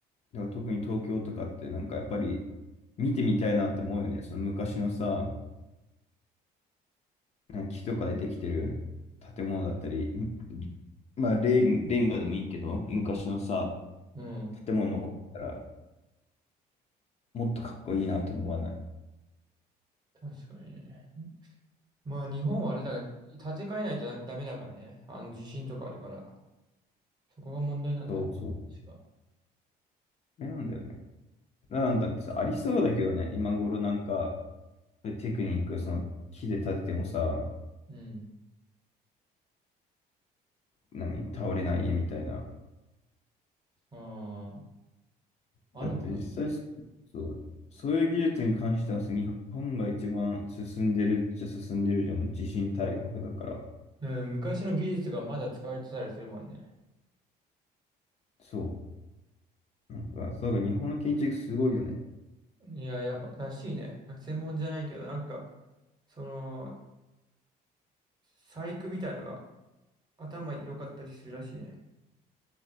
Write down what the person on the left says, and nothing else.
でも特に東京とかってなんかやっぱり見てみたいなって思うよね。その昔のさ、うん木とかでできてる建物だったり、まあレン、レンガでもいいけど、昔のさ、
建物残ったらもっとかっこいいなと思わない。
そうそう。
それなんだよね。なんかさありそうだけどね、今頃なんか、テクニック、その木で建ててもさ、
何、倒れない家みたいな。
だって実際そ、
そう、そういう技術に関してはさ、日本が一番進んでるっちゃ進んでるじゃん、もう地震大国だから。
そう。なんか、そうだから日本の建築すごいよね。